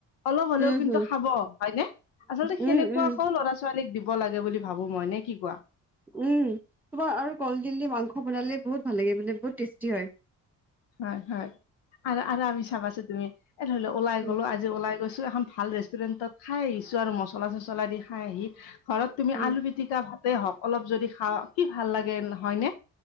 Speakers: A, on the left; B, in the centre.
A: অলপ হ'লেও
B: উম, হুম,
A: কিন্তু
B: উম,
A: খাব হয়নে আচলতে
B: উম,
A: সেনেকুৱা
B: উম,
A: আকৌ ল'ৰা ছোৱালী - ছোৱালীক দিব লাগে বুলি ভাবো মই নে কি কোৱা?
B: উম তোমাৰ আৰু কলদিলি মাংস বনালে বহুত ভাল লাগে মানে বহুত টেষ্টি হয়।
A: হয় হয় আৰু আৰু আমি চাবাছো তুমি এ ধৰিলেও ওলাই
B: উম,
A: গলো আজ- যে ওলাই গৈছো এখন ভাল ৰেষ্টুৰেণ্টত খাই আহিছো আৰু মচলা চচলা দি খাই আহি ঘৰত তুমি
B: উম,
A: আলু পিতিকা ভাতে হওঁক অলপ যদি খা কি ভাল লাগে, হয়নে?